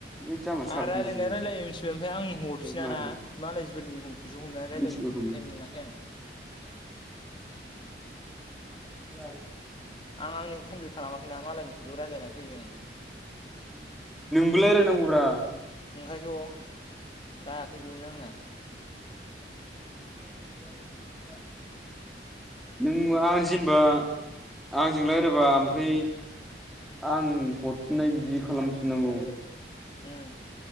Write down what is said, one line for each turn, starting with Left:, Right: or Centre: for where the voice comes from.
Centre: है जाम्बा सालबिमारिनि
Left: आं रायलायनाया रायलायो मिथिबाय ओमफाय आं हरफिनाना
Centre: सालबिमारिनि
Left: मालायफोरनि हमखौस हमनानै रायलायो
Centre: मिथिगौ खोमा
Left: ओंखायनो मोनाखै आं।
Centre: <inaudible>
Left: आं आंनिखौ खम्फिट खालामाखैना मालायनिखौल रायलायना होयो आङो।
Centre: लाराय नांगौब्रा
Left: ओंखायोथ जायाखै बेयावनो आंना।
Centre: <inaudible> बेयाव नों आं जेनबा आंजों रायलायबा ओमफ्राय आं हरफिननाय बिदि खालामफिननांगौ।
Left: उम